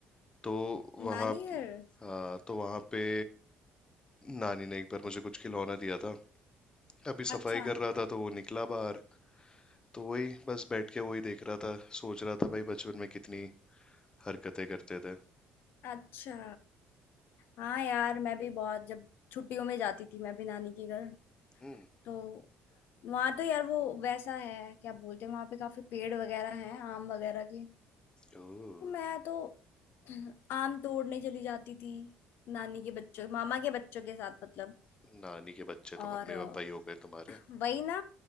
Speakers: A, on the left; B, on the left.
A: तो वहाँ
B: नानी घर
A: हाँ तो वहाँ पे नानी ने एक बार मुझे कुछ खिलौना दिया था अभी सफाई
B: अच्छा
A: कर रहा था तो वो निकला बाहर तो वही बस बैठ के वही देख रहा था सोच रहा था भाई बचपन में कितनी हरकतें करते थे
B: अच्छा हाँ यार मैं भी बहुत जब छुट्टियों में जाती थी मैं भी नानी के घर
A: हम्म
B: तो वहां तो यार वो वैसा है क्या बोलते हैं वहां पे काफी पेड़ वगैरह हैं आम वगैरह के
A: ओह
B: तो मैं तो <clears throat> आम तोड़ने चली जाती थी नानी के बच्चों मामा के बच्चों के साथ मतलब
A: नानी के बच्चे तो
B: और
A: मम्मी
B: अ,
A: पापा ही हो गए तुम्हारे
B: वही ना